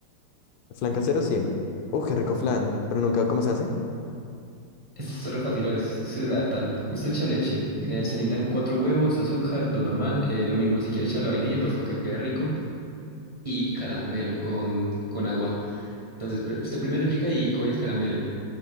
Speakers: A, on the left; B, on the right.
A: flan casero, sí. Uf, qué rico flan, pero nunca, ¿cómo se hace?
B: Es re fácil, es, es, es verdad, tan. Usted echa leche, eh, se necesitan cuatro huevos, azúcar, lo normal, eh, lo mismo, si quiere echarle vainilla, pues para que quede rico, y caramelo con, con agua. Entonces, pr- usted primero llega y coge el caramelo,